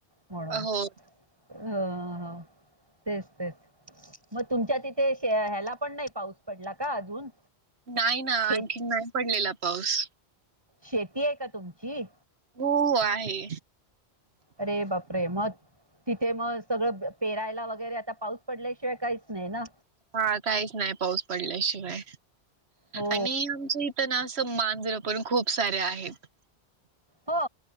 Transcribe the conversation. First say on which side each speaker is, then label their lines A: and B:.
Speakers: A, on the right; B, on the right.
A: म्हणून
B: हो
A: अ तेच तेच, मग तुमच्या तिथे शे ह्याला पण नाही पाऊस पडला का अजून?
B: नाही ना,
A: शेत
B: आणखीन नाही पडलेला पाऊस.
A: शेती आहे का तुमची?
B: हो आहे.
A: अरे बापरे! मत तिथे मग सगळं पेरायला वगैरे आता पाऊस पडल्याशिवाय काहीच नाही ना
B: हा काहीच नाही पाऊस पडल्याशिवाय
A: हो
B: आणि आमच्या इथ ना मांजर पण खूप साऱ्या आहेत.
A: हो